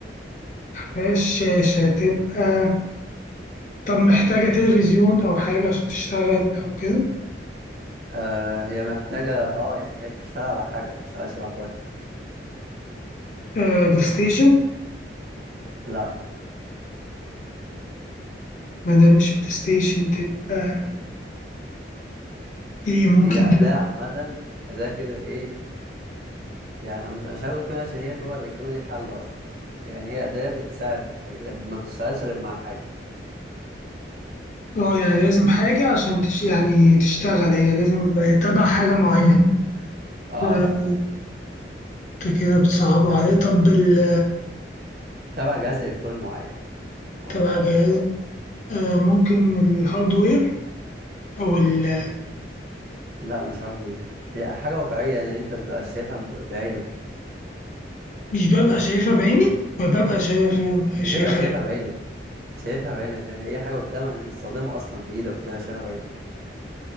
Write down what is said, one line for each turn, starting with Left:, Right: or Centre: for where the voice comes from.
Left: مفيهاش شاشة تبقى طب محتاجة تلفزيون أو حاجة عشان تشتغل أو كده
Right: آه هي محتاجة اه يعني هي بتشتغل على حاجة ما بتشتغلش لوحدها
Left: آه بلاي ستيشن
Right: لا
Left: ما دام مش بلاي ستيشن تبقى إيه ممكن
Right: هي أداة
Left: تبقى
Right: عامة أداة كده ايه يعني أنا مش أنا مش عايز أقول كده عشان هي طبعا الكلمة دي حل أصلا يعني هي أداة بتساعد في حاجة لا ما بتشتغلش غير مع حاجة
Left: اه يعني لازم حاجة عشان تش... يعني تشتغل هي لازم يبقى تبع حاجة معينة
Right: اه
Left: آه، أنت كده بتصعب عليه طب ال
Right: تبع جهاز الكتروني معين هو
Left: تبع
Right: سهل
Left: جهاز
Right: عليك شويه
Left: آه ممكن الهاردوير أو ال...
Right: لا مش هارد هي حاجه واقعيه يعني انت بتبقى شايفها ب- بعينك
Left: مش ببقى شايفها بعيني ببقى شايف
Right: بتبقى
Left: شايفها
Right: شايفها
Left: بعيني.
Right: بعينك شايفها بعينك شايفها اي حاجه قدامك انت بتستخدمها اصلا بايدك كده شايفها بعينك